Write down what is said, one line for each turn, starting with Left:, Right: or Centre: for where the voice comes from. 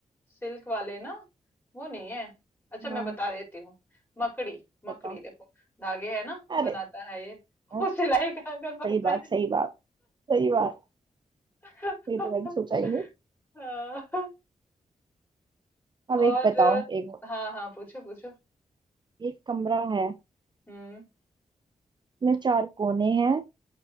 Left: सिल्क वाले ना वो नहीं है अच्छा मैं
Right: हाँ
Left: बता देती हूँ मकड़ी मकड़ी
Right: बताओ
Left: देखो धागे है ना
Right: अरे
Left: बनाता है ये <laughs>
Right: हाँ,
Left: वो सिलाई कहाँ कर
Right: सही
Left: पाता
Right: बात
Left: है
Right: सही बात सही बात
Left: <laughs>
Right: ये तो मैंने सोचा ही नहीं
Left: हाँ,
Right: अब एक
Left: और
Right: बताओ एक
Left: हाँ हाँ पूछो पूछो
Right: एक कमरा है
Left: हम्म
Right: इसमें चार कोने हैं